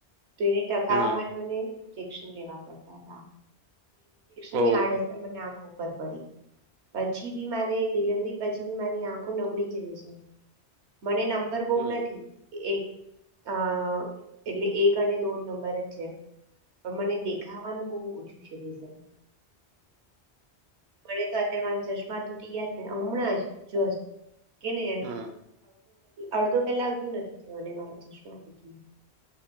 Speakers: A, on the right; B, on the right.
A: તો એને ટકાવવા
B: હમ
A: માટે મને ઈન્જેક્શન લેવા પડતા હતા.
B: ઓહ
A: ની આડઅસર મને આગ ઉપર પડી પછી બી મારે ડિલિવરી પછી બી મારી આંખો નબળી જ રહેશે મને નંબર બહ
B: હમ
A: નથી. એક આ એટલે એક અને દોઢ નંબર જ છે. પણ મને દેખાવાનુ બહુ ઓછુ છે, રીઝન મને તો અત્યારે મારા ચશ્મા તૂટી ગયા ને હમણાં જ જો કેને
B: હમ
A: અડધો કલાક જ નથી થયા ને મારા ચશ્માં તૂટી ગયા.